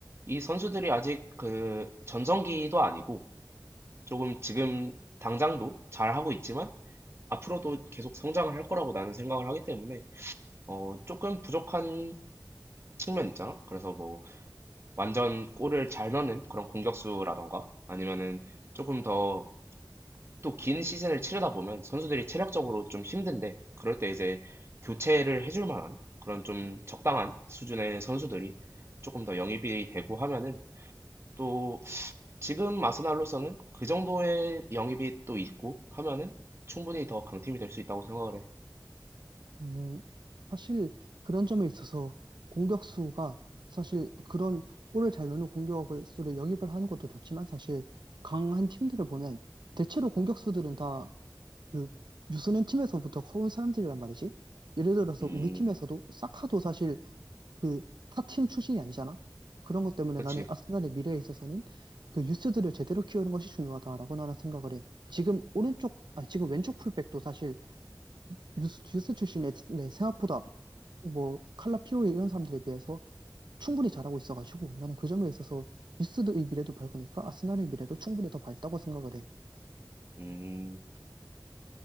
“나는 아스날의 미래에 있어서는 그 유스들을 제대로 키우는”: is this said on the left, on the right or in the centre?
Right